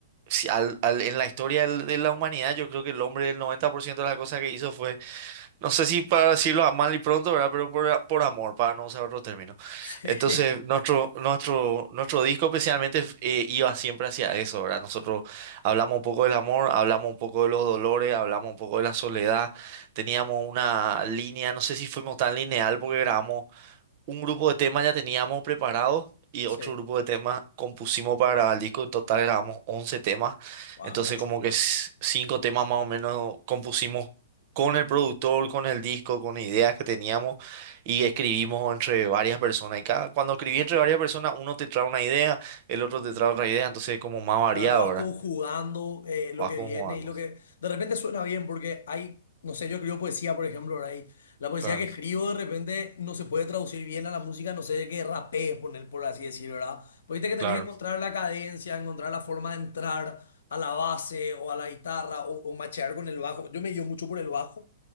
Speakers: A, on the right; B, on the left.
A: si al- al- en la historia del- de la humanidad, yo creo que el hombre, el 90% de las cosas que hizo fue, no sé si para decirlo a mal y pronto, ¿verdad? Pero por, por amor, para no usar otro término.
B: <laughs> sí,
A: Entonces, nuestro, nuestro, nuestro disco especialmente eh, iba siempre hacia eso, ¿verdad? Nosotros hablamos un poco del amor, hablamos un poco de los dolores, hablamos un poco de la soledad, teníamos una línea, no sé si fuimos tan lineal porque grabamos un grupo de temas ya teníamos preparados y
B: sí,
A: otro grupo de temas compusimos para grabar el disco. En total grabamos 11 temas.
B: wow,
A: Entonces
B: mucho.
A: como que s- cinco temas más o menos compusimos con el productor, con el disco, con ideas que teníamos y escribimos entre varias personas. Y cada, cuando escribí entre varias personas, uno te trae una idea, el otro te trae otra idea. Entonces es como más variado,
B: Claro, vas
A: ¿verdad?
B: conjugando eh, lo
A: Vas
B: que
A: conjugando.
B: viene y lo que de repente suena bien porque hay, no sé, yo escribo poesía, por ejemplo, ahora y la poesía
A: Claro,
B: que escribo de repente no se puede traducir bien a la música, no sé de qué rapé poner, por así decirlo, ¿verdad? Pues viste que
A: claro,
B: tenés que encontrar la cadencia, encontrar la forma de entrar a la base o a la guitarra o, o machear con el bajo. Yo me guío mucho por el bajo